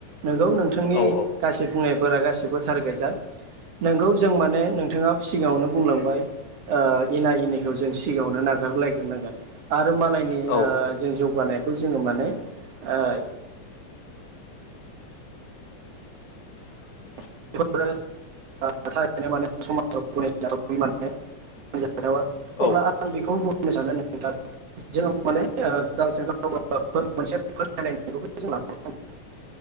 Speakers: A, on the right; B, on the left.
A: नोंगौ नोंथांनि
B: औ औ
A: गासै बुंनायफोरा गासै बो थार गोजा नोंगौ जों माने नोंथाङा सिगाङावनो बुंलांबाय ओ एना एनि खौ जों सिगाङावनो नागारलायग्रोनांगोन आ रो मालायनि
B: औ
A: ओ जों जौगानाय खौ जोङो माने ओ
B: <inaudible>
A: <unintelligible> थारैनो माने समाजाव गनायजाथाव <unintelligible> माने जाथावा
B: औ
A: अब्ला आं बेखौ बुं नो सानो नोंथां जों माने ओ गावजों गाव ओ ओ फो मोनसे फोथायलायनायखौ जों लाबोनांगोन